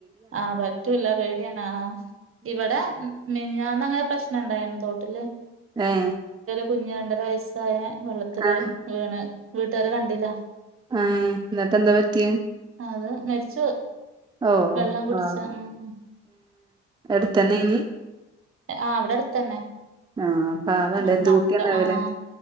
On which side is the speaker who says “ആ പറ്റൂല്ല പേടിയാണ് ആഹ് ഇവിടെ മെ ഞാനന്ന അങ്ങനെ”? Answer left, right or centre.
Right